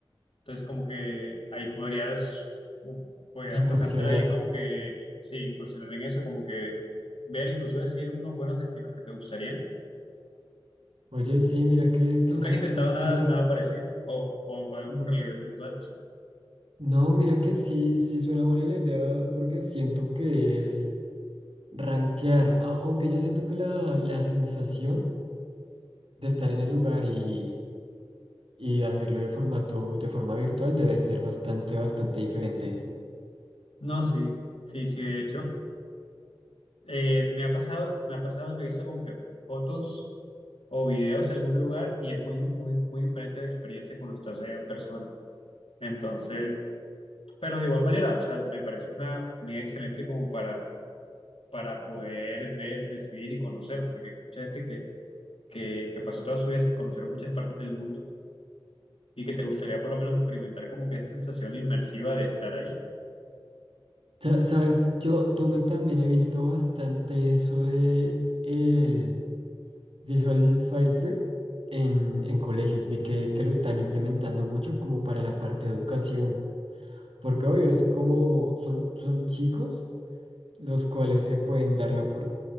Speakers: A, on the left; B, on the right.
A: Entonces, como que ahí podrías, uf, podrías
B: incursionar.
A: pasártela bien como que, sí, incursionar en eso, como que ver, incluso decir unos buenos destinos que te gustarían
B: Oye, sí, mira que, que
A: ¿Nunca
B: nun-
A: has intentado
B: nunca
A: nada,
B: lo
A: nada parecido? O, o algún
B: he...
A: realidad virtual, no sé.
B: No, mira que sí, sí suena buena la idea porque siento que es rankear, a- aunque yo siento que la, la sensación de estar en el lugar y, y hacerlo de formato, de forma virtual debe ser bastante, bastante diferente.
A: No, sí, sí, sí, de hecho. eh, me ha pasado, me ha pasado que he visto como que fotos o videos de algún lugar y es muy, muy, muy diferente la experiencia cuando estás allá en persona. Entonces, pero de igual manera, o sea, me parece una unidad excelente como para, para poder ver, decidir y conocer, porque hay mucha gente que, que, que pasa toda su vida sin conocer muchas partes del mundo y que te gustaría por lo menos experimentar como que esa sensación inmersiva de estar ahí
B: Sa- Sabes, yo donde también he visto bastante eso de el Visual File Tree en, en colegios, vi que, que lo están implementando mucho como para la parte de educación, porque obvio es como son, son chicos los cuales se pueden dar la